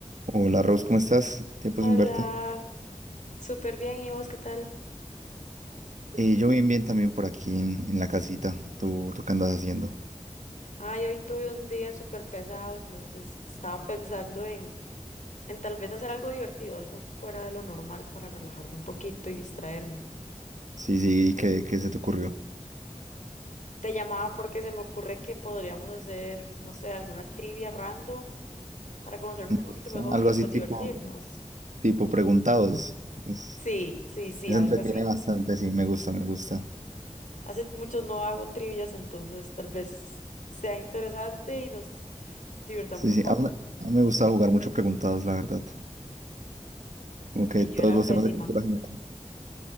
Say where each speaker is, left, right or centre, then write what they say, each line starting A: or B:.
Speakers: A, on the right (about 70°); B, on the left (about 75°).
A: Hola Rose, ¿cómo estás? Tiempo
B: Hola,
A: sin verte.
B: súper bien. ¿Y vos qué tal?
A: Eh, yo bien, bien también por aquí en, en la casita. ¿Tú, tú qué andas haciendo?
B: Ay, hoy tuve un día súper pesado, entonces estaba pensando en, en tal vez hacer algo divertido, algo fuera de lo normal para relajarme un poquito y distraerme.
A: Sí, sí, ¿qué, qué se te ocurrió?
B: Te llamaba porque se me ocurre que podríamos hacer, no sé, alguna trivia random para conocernos
A: Me
B: un poquito
A: gusta.
B: mejor
A: Algo
B: y
A: así
B: pues
A: tipo,
B: divertirnos.
A: tipo preguntados. Es,
B: Sí, sí, sí,
A: eso
B: algo
A: entretiene
B: así.
A: bastante, sí, me gusta, me gusta.
B: Hace mucho no hago trivias, entonces tal vez sea interesante y nos divirtamos
A: Sí,
B: un
A: sí,
B: poco.
A: a mí, a mí me gusta jugar mucho preguntados, la verdad. Como que
B: Ay,
A: todos
B: yo era
A: los
B: pésima,
A: temas de cultura general.